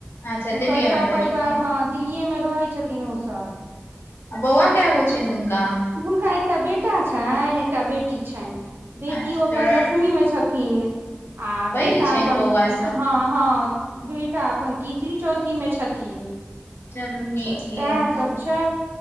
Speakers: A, on the left; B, on the right.
A: अच्छा
B: हुनकर
A: दिल्लीए
B: सब
A: मे रहै
B: पररिवार
A: छथिन
B: हत दिल्लीए में रहै छथिन ओसब
A: आ बौआ कय गो छैन हुनका
B: हुनका एकटा बेटा छइन एकटा बेटी छइन बेटियो
A: अच्छा चलू
B: अपन दस मी मे छथिन आ
A: पैघ
B: बेटा
A: छनि
B: अपन
A: बौआ सब
B: हँ हँ बेटा हमर तीसरी चौथी में छथिन
A: चलू नीक
B: सेह
A: यै अपन
B: सब छै